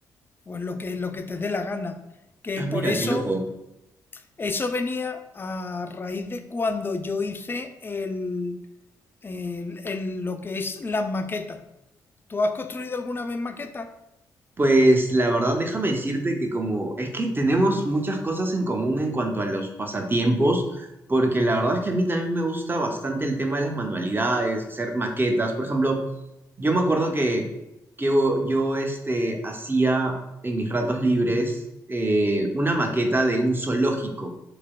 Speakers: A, on the left; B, on the right.
A: pues, lo que, lo que te dé la gana. Que
B: Ah,
A: por
B: mira,
A: eso,
B: qué loco.
A: eso venía a raíz de cuando yo hice el, el- el- lo que es las maquetas. ¿Tú has construido alguna vez maquetas?
B: Pues la verdad, déjame decirte que como es que tenemos muchas cosas en común en cuanto a los pasatiempos, porque la verdad es que a mí también me gusta bastante el tema de las manualidades, hacer maquetas. Por ejemplo, Yo me acuerdo que, que yo, yo, este, hacía en mis ratos libres eh, una maqueta de un zoológico.